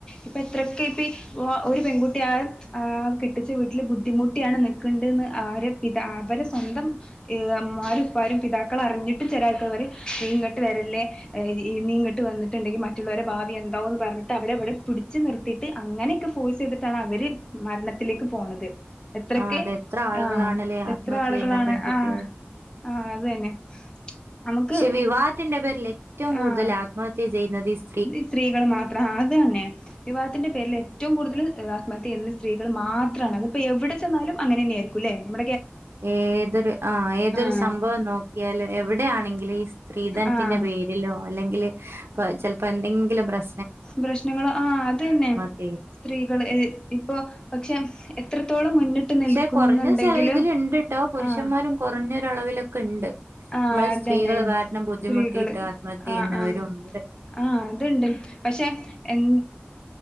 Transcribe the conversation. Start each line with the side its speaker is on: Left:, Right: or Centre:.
Left: ഇപ്പൊ എത്രൊക്കെ ഒരു പെൺകുട്ടിയ ആ കെട്ടിച്ച വീട്ടില് ബുദ്ധിമുട്ടിയാണ് നിൽക്കേണ്ടന്ന് ആരെ അവരെ സ്വന്തം മ്മാരുംഇപ്പാരും പിതാക്കൾ അറിഞ്ഞിട്ടും ചില ആൾക്കൾ വരെ ഇ ഇങ്ങോട്ട് വരല്ല. ല്ലെ നീ ഇങ്ങട്ട് വന്നിട്ടുണ്ടെങ്കിൽ മറ്റുള്ളവരുടെ ഭാവി എന്താവൊന്ന് പറഞ്ഞിട്ട് അവരെവിടെ പിടിച്ചു. നിർത്തിട്ട് അങ്ങനെയൊക്കെ ഫോഴസ് ചെയ്തിട്ടാണ് അവര് മരണത്തിലേക്ക് പോണത്. എത്രക്കെ
Right: ആഹ് അത് എത്ര ആളുകളാണല്ലേ
Left: ആഹ
Right: ആത്മഹത്യ
Left: എത്ര ആളുകളാണ്
Right: ചെയ്യുന്ന പെൺകുട്ടികൾ
Left: ആ ആഹ അത് തന്നെ നമുക്ക്
Right: പക്ഷെ വിവാഹത്തിന്റെ പേരിൽ ഏറ്റവും കൂടുതൽ
Left: ആഹ്
Right: ആത്മഹത്യ ചെയ്യുന്നത് സ്ത്രീ
Left: ഈ സ്ത്രീകൾ മാത്രം അത് തന്നെ വിവാഹത്തിന്റെ പേരിൽ ഏറ്റവും കൂടുതൽ ആത്മഹത്യ ചെയുന്ന സ്ത്രീകൾ മാത്രമാണ്. അ ഇപ്പോ എവിടെ ചെന്നാലും അങ്ങനെന്നെയായിരിക്കുംല്ലെ നമ്മ
Right: ഏതൊരു ആ ഏതൊരു
Left: ആഹ്
Right: സംഭവം നോക്ക്യാലും എവിടെയാണെങ്കിലും ഈ സ് ത്രീധൻത്തിന്റെ
Left: ആഹ്
Right: പേരിലോ അല്ലെങ്കില് പ് ചെൽപ്പോ എന്തെങ്കിലും പ്രശ്
Left: പ്രശ്നങ്ങൾ ആ അതന്നെ
Right: ചെയ്യുന്നത്
Left: സ്ത്രീകള് ഏ ഇപ്പോ പക്ഷെ എത്രത്തോളം മുന്നിട്ട് നിൽക്കുന്നുണ്ടെങ്കിലും
Right: ഷെ കുർഞ്ഞ ചെലേതിലിണ്ട്ട്ടോ പുരുഷമ്മാരും
Left: ആഹ്
Right: കൊർഞ്ഞൊരളവിലൊക്കെണ്ട്.
Left: ആഹ്
Right: മ്മള്
Left: അതന്നെ
Right: സ്ത്രീകള് കാര്ണം ബുദ്ധിമുട്ടീട്ട്
Left: സ്ത്രീകള്
Right: ആത്മഹത്യെയ്യുന്നവരുണ്ട്.
Left: ആഹ് ആഹ് ആഹ് അതിണ്ട് പഷെ എൻ